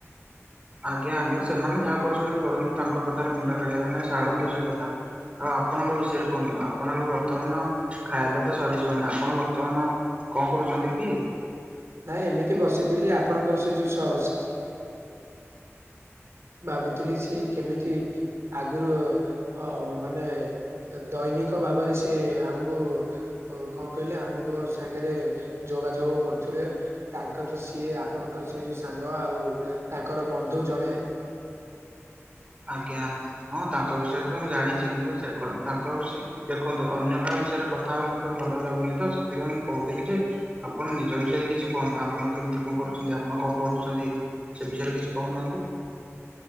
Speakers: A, on the right (about 25°); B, on the right (about 65°).
A: ଆଜ୍ଞା ଆଜ୍ଞା ସେମାନେ ଯାହା କରୁଛନ୍ତି କରନ୍ତୁ। ତାଙ୍କ କଥାରେ ମୁଣ୍ଡ ଖେଳେଇବା ନାହିଁ ଛାଡ଼ନ୍ତୁ। ସେ କଥା ଆଉ ଆପଣଙ୍କ ବିଷୟରେ କୁହନ୍ତୁ। ଆପଣ ଏବେ ବର୍ତ୍ତମାନ ଖାଇବା ତ ସରିଯିବଣି। ଆପଣ ବର୍ତ୍ତମାନ କଣ କରୁଛନ୍ତି କି?
B: ନାଇଁ ଏମିତି ବସିଥିଲି। ଆପଣଙ୍କର ସେ ଯୋଉ ସସ୍‌ ଭାବୁଥିଲି ସିଏ କେମିତି ଆଗରୁ ଅ ମାନେ ଦୈନିକ ଭାବରେ ସି ଆମକୁ ଓ କଣ କହିଲେ ଆମ କ ସାଙ୍ଗରେ ଯୋଗାଯୋଗ କରୁଥିଲେ। ତାଙ୍କର ସିଏ ଆ ପଣଙ୍କର ସେଇ ଯୋଉ ସାଙ୍ଗ। ଆଉ ତାଙ୍କର ବନ୍ଧୁ ଜଣେ
A: ଆଜ୍ଞା। ହଁ ତାଙ୍କ ବିଷୟରେ ତ ମୁଁ ଜାଣିଛି। କିନ୍ତୁ ସେ ତାଙ୍କ ବିଷୟରେ ଦେଖନ୍ତୁ ଅନ୍ୟ କାହା ବିଷୟରେ କଥା ହବା ମତେ ଭଲ ଲାଗୁନି ତ ସେଥିପାଇଁ ମୁଁ କହୁଥିଲି ଯେ ଆପଣ ନିଜ ବିଷୟରେ କିଛି କୁହନ୍ତୁ ଆ ପଣ କେମିତି କଣ କରୁଛନ୍ତି। ଆପଣ କଣ ପଢୁଛନ୍ତି ସେ ବିଷୟରେ କିଛି କହୁନାହାନ୍ତି?